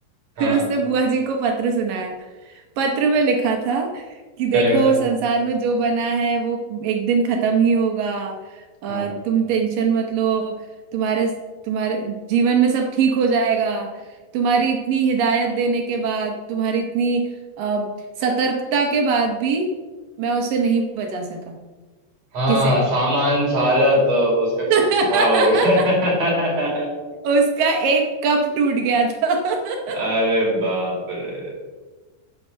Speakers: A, on the right; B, on the right.
A: हाँ
B: फिर उसने बुआ जी को पत्र सुनाया पत्र में लिखा था कि देखो
A: क्या लगा था
B: संसार में जो बना है वो एक दिन खत्म ही होगा अ,
A: हाँ
B: तुम टेंशन मत लो तुम्हारे तुम्हारे जीवन में सब ठीक हो जाएगा तुम्हारी इतनी हिदायत देने के बाद तुम्हारी इतनी अ, सतर्कता के बाद भी मैं उसे नहीं बचा सका
A: हाँ
B: किसे
A: सामान सारा तो उसका
B: <laughs>
A: ख- खराब हो गया
B: उसका एक कप टूट गया था
A: <laughs> अरे
B: <laughs>
A: बाप रे